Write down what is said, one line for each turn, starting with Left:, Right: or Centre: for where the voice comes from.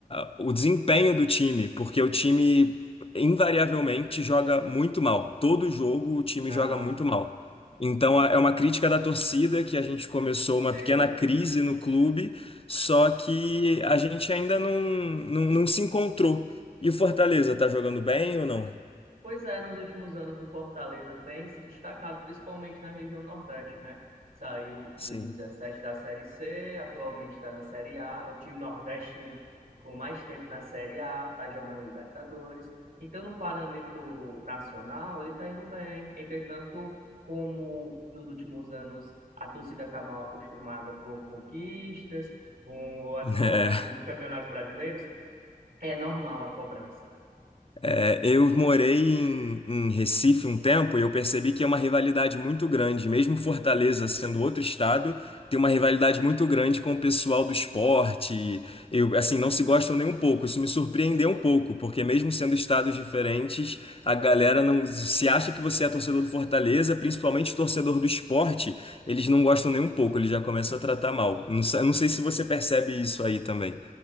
Left: a- o desempenho do time, porque o time invariavelmente joga muito mal. Todo jogo o time
Right: ah,
Left: joga muito mal. Então a- é uma crítica da torcida que a gente começou uma
Right: sei.
Left: pequena crise no clube, só que a gente ainda não, não, não se encontrou. E o Fortaleza, tá jogando bem ou não?
Right: Pois é, nos últimos anos o Fortaleza tem se destacado, principalmente na região Nordeste, né? Saiu
Left: Sim.
Right: 2017 da Série C, atualmente está na Série A, é o time nordestino com mais tempo na Série A, está jogando Libertadores. Então, no parâmetro nacional, ele está indo bem. Entretanto, como nos últimos anos a torcida está mal acostumada por conquistas, com as
Left: <laughs>
Right: colocações nos campeonatos brasileiros, é normal a cobrança.
Left: É, eu morei em, em Recife um tempo e eu percebi que é uma rivalidade muito grande. Mesmo Fortaleza sendo outro estado, tem uma rivalidade muito grande com o pessoal do esporte. Eu, assim, não se gostam nem um pouco. Isso me surpreendeu um pouco, porque mesmo sendo estados diferentes, a galera não se acha que você é torcedor do Fortaleza, principalmente torcedor do esporte, eles não gostam nem um pouco. Eles já começam a tratar mal. Não, sei- não sei se você percebe isso aí também.